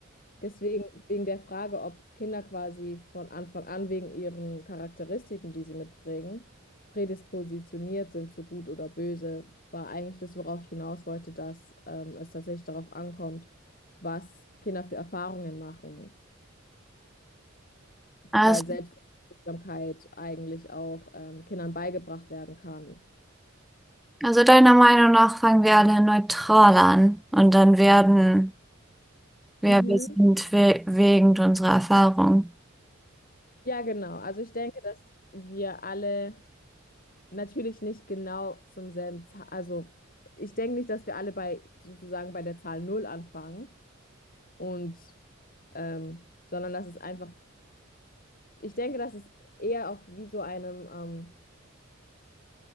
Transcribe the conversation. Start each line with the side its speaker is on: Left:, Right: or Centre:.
Left: Deswegen, wegen der Frage, ob Kinder quasi von Anfang an wegen ihren Charakteristiken, die sie mitbringen, prädispositioniert sind zu gut oder böse, war eigentlich das, worauf ich hinaus wollte, dass ähm, es tatsächlich darauf ankommt, was Kinder für Erfahrungen machen,
Centre: Also,
Left: weil Selbstwirksamkeit eigentlich auch ähm, Kindern beigebracht werden kann.
Centre: also deiner Meinung nach fangen wir alle neutral an und dann werden wir,
Left: Mhm.
Centre: wir sind we wegen unserer Erfahrung.
Left: Ja, genau. Also ich denke, dass wir alle Natürlich nicht genau zum selben Zahl. Also, ich denke nicht, dass wir alle bei sozusagen bei der Zahl null anfangen und ähm, sondern dass es einfach, ich denke, dass es eher auf wie so einem, ähm,